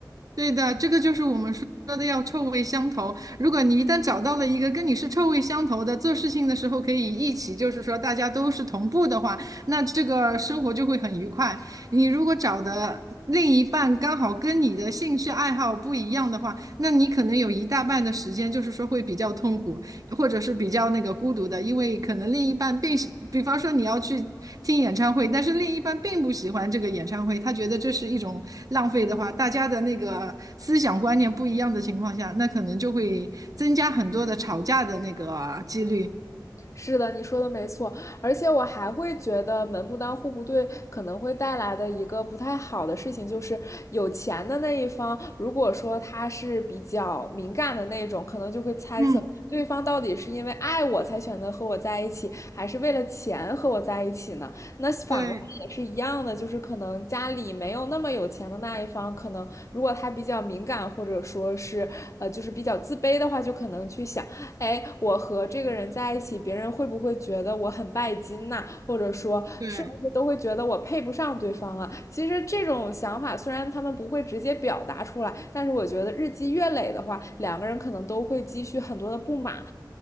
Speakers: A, on the right (about 50°); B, on the left (about 45°).
A: 对的，这个就是我们说的要臭味相投。如果你一旦找到了一个跟你是臭味相投的，做事情的时候可以一起，就是说大家都是同步的话，那这个生活就会很愉快。你如果找的另一半刚好跟你的兴趣爱好不一样的话，那你可能有一大半的时间就是说会比较痛苦，或者是比较那个孤独的，因为可能另一半并喜，比方说你要去听演唱会，但是另一半并不喜欢这个演唱会，他觉得这是一种浪费的话，大家的那个思想观念不一样的情况下，那可能就会增加很多的吵架的那个几率。
B: 是的，你说的没错，而且我还会觉得门不当户不对可能会带来的一个不太好的事情，就是有钱的那一方，如果说他是比较敏感的那种，可能就会猜测对方到底是因为爱我才选择和我在一起，
A: 嗯，
B: 还是为了钱和我在一起呢？那反过来也是一样的，
A: 对
B: 就是可能家里没有那么有钱的那一方，可能如果他比较敏感，或者说是呃，就是比较自卑的话，就可能去想。哎，我和这个人在一起，别人会不会觉得我很拜金呐、或者说，
A: 对
B: 是不是都会觉得我配不上对方啊？其实这种想法虽然他们不会直接表达出来，但是我觉得日积月累的话，两个人可能都会积蓄很多的不满，